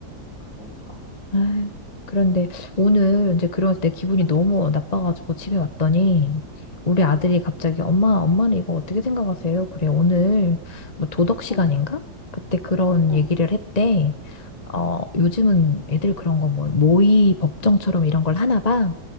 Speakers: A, on the left (about 45°); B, on the left (about 30°).
A: 그러니까.
B: 아유, 그런데 오늘 이제 그러고 내 기분이
A: 응,
B: 너무 나빠가지고 집에 왔더니 우리
A: 응,
B: 아들이 갑자기 엄마, 엄마는 이거 어떻게 생각하세요? 그래, 오늘 뭐 도덕 시간인가?
A: 응,
B: 그때 그런
A: 응,
B: 얘기를 했대. 어, 요즘은 애들 그런 거 뭐 모의 법정처럼 이런 걸 하나 봐.